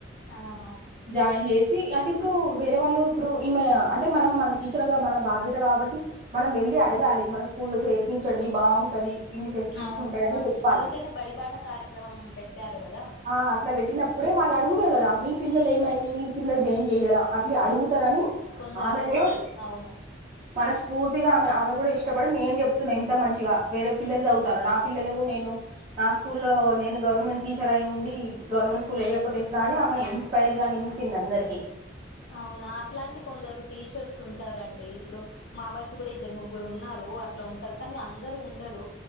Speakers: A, on the left; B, on the right.
A: ఆహా
B: జాయిన్ చేసి అంటే ఇప్పుడూ వేరే వాళ్ళు ఇప్పుడు ఈమె అం అంటే మనం మన టీచర్గా మన బాధ్యత కాబట్టి మనం వెళ్ళి అడగాలి మన స్కూల్లో చేర్పించండి బాగుంటది ఇన్ని ఫెసిలిటీస్
A: అవును
B: ఉంటాయని
A: ఆ,
B: చెప్పాలి.
A: అందుకనే బడిబాట కార్యక్రమం పెట్టారు కదా
B: ఆ అట్ల పెట్టినప్పుడే వాళ్ళు అడుగుతరు కదా మీ పిల్లల్ ఏమైంది మీరు పిల్లల్ జాయిన్ చేయరా అట్లే అడుగుతరని
A: కొందరు
B: ఆమె
A: అడుగుతారు
B: గుడం
A: అవును
B: మనస్ఫూర్ తిగా ఆమె ఆమె కూడా ఇష్టపడి నేన్ చెప్తున్నా ఇంత మంచిగా వేరే పిల్లల్ చదువుతాంరు నా పిల్లలకు నేను నా స్కూల్లో నేను గవర్నమెంట్ టీచర్ అయి ఉండి గవర్నమెంట్ స్కూల్ ఏయకపోతే ఎట్లా అని ఆమె ఇన్స్పైర్గా నిల్చిం అందర్కి
A: అవునా అట్లాంటి కొందరు టీచర్స్ ఉంటారండి ఇప్పుడు మా వైపు కూడా ఇద్దర్ ముగ్గురున్నారు అట్ల ఉంటర్ కనీ అందరూ ఉండర్